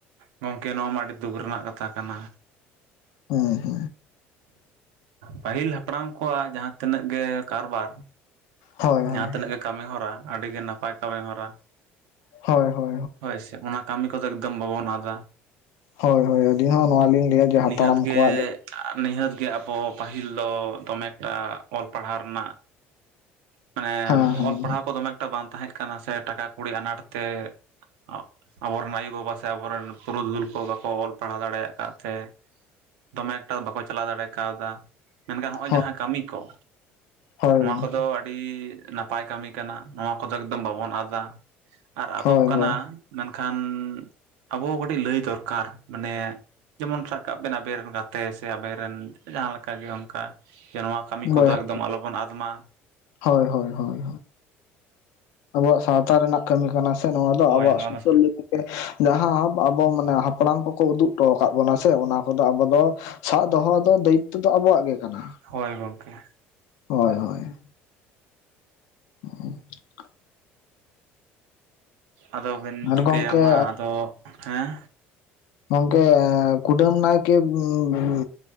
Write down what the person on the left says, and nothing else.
ᱩᱦᱩ
ᱦᱳᱭ
ᱦᱳᱭ
ᱦᱳᱭ ᱦᱳ
ᱦᱳᱭ ᱦᱳᱭ ᱟᱹᱰᱤᱧ ᱦᱚᱸ ᱱᱚᱣᱟ ᱞᱤᱧ ᱞᱟᱹᱭᱟ ᱡᱮ ᱦᱟᱯᱲᱟᱢ
ᱠᱚᱣᱟᱜ
ᱡᱟᱦᱟᱸ ᱦᱮᱸ
ᱦᱮᱸ
ᱦᱮᱸ ᱦᱳᱭ
ᱜᱚᱝᱠᱮ
ᱦᱳᱭ
ᱦᱳᱭ
ᱵᱚᱭᱦᱟ
ᱠᱚ
ᱦᱳᱭ ᱦᱳᱭ ᱦᱳᱭ᱾ ᱟᱵᱚᱣᱟᱜ ᱥᱟᱶᱛᱟ ᱨᱮᱱᱟᱜ ᱠᱟᱹᱢᱤ ᱠᱟᱱᱟ ᱥᱮ ᱱᱚᱣᱟ ᱫᱚ,
ᱟᱵᱚᱣᱟᱜ
ᱥᱩᱥᱟᱹᱨᱼᱼ
ᱡᱟᱦᱟᱸ ᱟᱵᱚ ᱢᱟᱱᱮ, ᱦᱟᱯᱲᱟᱢ ᱠᱚᱠᱚ ᱩᱫᱩᱜ ᱴᱚ ᱟᱠᱟᱫ ᱵᱚᱱᱟ ᱥᱮ ᱚᱱᱟ ᱠᱚᱫᱚ ᱟᱵᱚ ᱫᱚᱼ ᱥᱟᱵ ᱫᱚᱦᱚ ᱫᱚ ᱫᱟᱭᱤᱛᱛᱚ ᱫᱚ ᱟᱵᱚᱣᱟᱜ ᱜᱮ ᱠᱟᱱᱟ᱾
ᱦᱳᱭ ᱦᱳᱭ᱾ <inaudible>
ᱟᱨ
ᱜᱚᱝᱠᱮ
ᱜᱚᱝᱠᱮ ᱠᱩᱰᱟᱹᱢ ᱱᱟᱭᱠᱮ ᱩᱸᱻ ᱩᱸᱻ